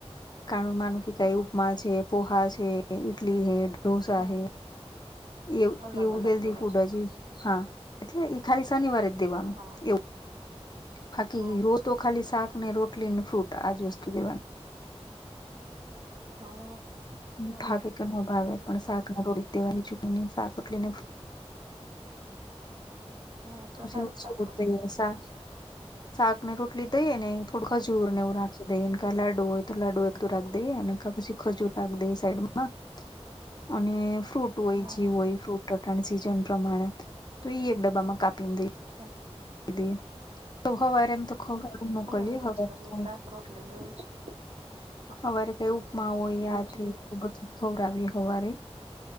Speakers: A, on the left; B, on the right.
A: કારણ માનું કે
B: હા
A: કઈ ઉપમા છે પોહા છે ઈડલી છે. દોસા
B: હા
A: હ એવ
B: અલગ
A: એવું
B: અલગ
A: હેલ્દી
B: દરરોજ
A: ફૂડજી હા એટલે ખાલી શનિવારે જ દેવાનું. એવું
B: હા
A: બાકી
B: હોય
A: રોજ તો ખાલી શાક ને રોટલી ને ફ્રૂટ આજ વસ્તુ દેવાની.
B: હા. હા
A: ભાવે કે ન ભાવે પણાક ના રોડી દેવાની ચૂકણી નહી શા એટલીને.
B: એ તો
A: પછીવ
B: સારું શાક રોટલી
A: દઈએ
B: તો
A: શાક શાક ને રોટલી દઈએ ને થોડુંક જર ને એવું નાખી. દઈને ક લાડુ હોય તો લાડુ એકું રાખ દે એ પછી ખજૂર રાખ દે સાઈડમાં અને ફ્રૂટ હોય
B: હા
A: જીવ હોય ફ્રૂટ તટાણ સિઝન પ્રમાણે તો એ ડબામાં કપીંદે
B: હા
A: દ સોમવારે એમ તો ખરા મોકલીએ
B: અમે એમ
A: હવે
B: જ કરીએ
A: થ.
B: શાક રોટલી ને એવું જ હા
A: હવારે કઈ ઉપમા હોય
B: એવું
A: આથી
B: જ
A: બધું. સવરાવીી સવારે